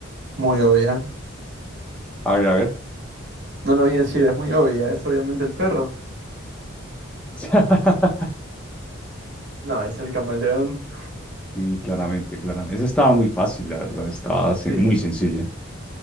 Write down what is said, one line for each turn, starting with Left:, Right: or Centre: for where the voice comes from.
Right: Muy obvia.
Centre: A ver, a ver.
Right: No lo voy a decir, es muy obvia. Es obviamente el perro.
Centre: <laughs>
Right: No, es el camaleón.
Centre: Sí, claramente, claramente. Esa estaba muy fácil, la verdad. Estaba se-
Right: Sí.
Centre: muy sencilla.